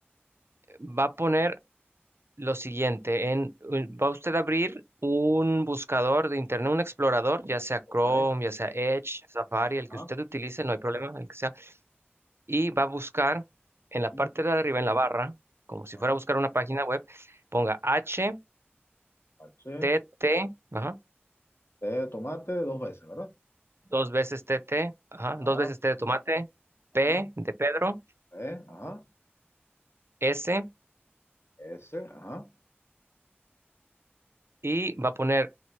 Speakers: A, on the right (about 75°); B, on the left (about 80°).
A: va a poner lo siguiente, en, va usted a abrir un buscador de internet, un explorador, ya sea Chrome,
B: ok,
A: ya sea Edge, Safari, el
B: ajá,
A: que usted utilice, no hay problema, el que sea, y va a buscar en la parte
B: mm,
A: de arriba, en la barra, como si
B: ajá,
A: fuera a buscar una página web, ponga h
B: H,
A: t T, ajá,
B: T de tomate dos veces, ¿verdad?
A: dos veces t T, ajá,
B: Ajá,
A: dos veces T de tomate,
B: ajá,
A: P de Pedro.
B: E, ajá,
A: S
B: S, ajá,
A: y va a poner